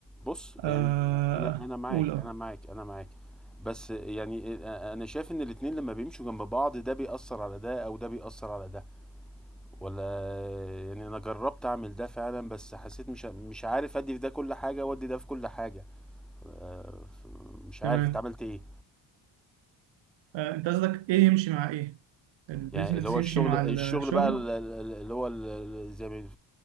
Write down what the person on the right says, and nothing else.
آه،
قول أه
تمام
آه، انت قصدك ايه يمشي مع ايه البيزنس
يمشي
مع
الشغل